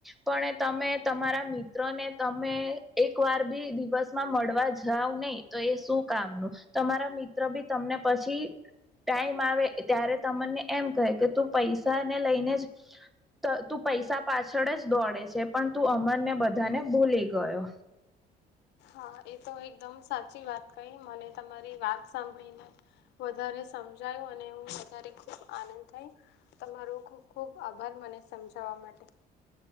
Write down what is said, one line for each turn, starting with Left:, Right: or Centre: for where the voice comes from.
Centre: પણ તમે તમારા મિત્ર ને તમે એક વાર બી દિવસમાં મળવા જાવ નહી તો એ શું કામનું તમારા મિત્ર બી તમને પછી ટાઈમ આવે ત્યારે તમને એમ કહે કે તું પૈસા ને લઈને જ ત તું પૈસા પાછળ જ દોડે છે પણ તું અમને બધાને ભૂલી ગયો
Left: હા એ તો એકદમ સાચી વાત કઈ મને તમારી વાત સાંભળીને વધારે સમજાયું અને હું વધારે ખૂબ આનંદ થાય તમારો ખુબ ખુબ આભાર મને સમજાવવા માટે